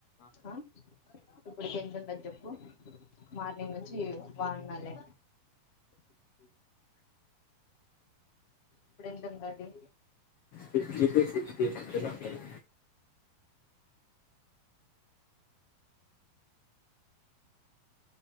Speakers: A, on the left; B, on the left.
A: ఆ ఇప్పుడుకి ఎంత ఉండది చెప్పు మార్నింగ్ నుంచి బాగున్నలే ఇప్పుడెంత ఉందది.
B: ఫిఫ్టీ టు సిక్స్టీ మధ్యలో ఉంటది